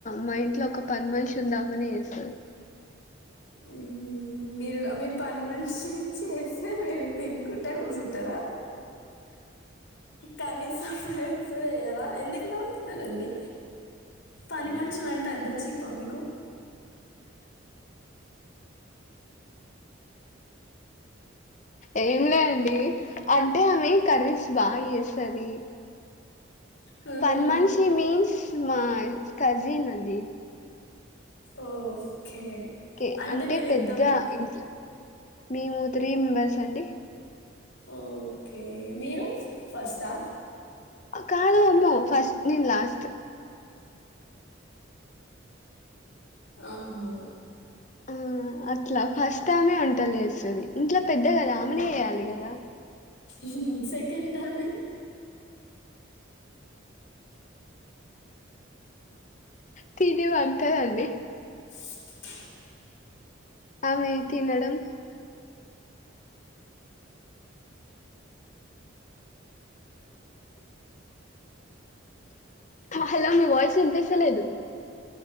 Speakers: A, on the left (about 35°); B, on the left (about 75°).
A: మా ఇంట్లో ఒక పని మనిషి ఉందామని వేస్తుంది
B: మ్మ్. మీరు ఆమ్ మే పాని మంచి చేస్తారు మీరు తినుకున్ ట్టా కూచుంటారా కనీసం ఎకుయారా ఎందుకు నవుతున్నారండి పని మనుషులు అంటే అంత చీపా మీకు
A: ఏం లే అండి అంటే ఆమె కర్రీస్ బాగా ఇేస్తుంది
B: మ్హూ.
A: పన్ మనిషి మీన్స్ మా కజీన్ండి
B: ఓకే
A: కే అంటే
B: మీరు
A: పెద్ద
B: ఎంతమంది
A: ఇంట్ల మేము త్రీ మెంబర్స్ అండి
B: ఓకే మీరు ఫస్టా
A: కాదు మ్మ ఫస్ట్ నేను లాస్ట్
B: ఆహా
A: ఆ అట్లా ఫస్ట్ టైమే వంటల్ చేస్తది ఇంట్లో పెద్ద కదా ఆమెనే చేయాలి కదా
B: మ్ సెకండమే
A: తిని వత్తది అది
B: <unintelligible>
A: అవునే తినడం హలో మీ మయి చంతసలేదు